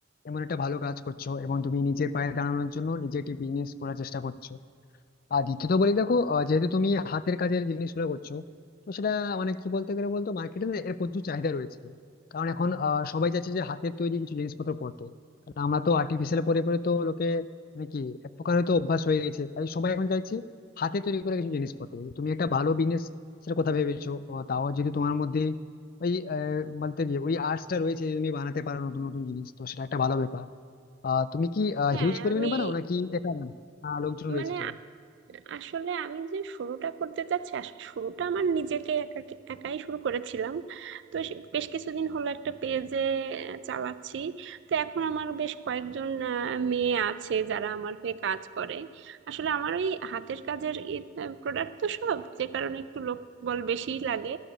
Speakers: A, on the left (about 50°); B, on the right (about 65°).
A: এমন একটা ভালো কাজ করছো এবং তুমি নিজের পায়ে দাঁড়ানোর জন্য নিজে একটি বিজনেস করার চেষ্টা করছো আর দ্বিতীয়ত বলি দেখো আহ, যেহেতু তুমি হাতের কাজের জিনিসগুলো করছো তো সেটা মানে কি বলতে গেলে বলতো মার্কেটে না এর প্রচুর চাহিদা রয়েছে কারণ এখন আহ, সবাই চাইছে যে হাতের তৈরি কিছু জিনিসপত্র পরতে কারণ আমরা তো আর্টিফিশিয়াল পরে পরে তো লোকে মানে কি এক প্রকার হয়তো অভ্যাস হয়ে গেছে তাই সবাই এখন চাইছে হাতে তৈরি করে কিছু জিনিস পরতে তুমি একটা ভালো বিজনেস সেটা কথা ভেবেছো আহ, তাও যদি তোমার মধ্যে ওই আহ, বলতে গিয়ে ওই আর্টসটা রয়েছে যে তুমি বানাতে পারো নতুন নতুন জিনিস তো সেটা একটা ভালো ব্যাপার আহ তুমি কি
B: হ্যাঁ
A: হিউজ পরিমাণে
B: আমি
A: বানাও নাকি একা বানাও না লোকজন রয়েছে
B: মানে
A: তোমার
B: আ- আসলে আমি যে শুরুটা করতে চাচ্ছি আসলে শুরুটা আমার নিজেকে একা একাই শুরু করেছিলাম তো সে- বেশ কিছুদিন হলো একটা পেজে চালাচ্ছি তো এখন আমার বেশ কয়েকজন আহ, মেয়ে আছে যারা আমার হয়ে কাজ করে আসলে আমার ওই হাতের কাজের প্রোডাক্ট তো সব যে কারণে একটু লোকবল বেশিই লাগে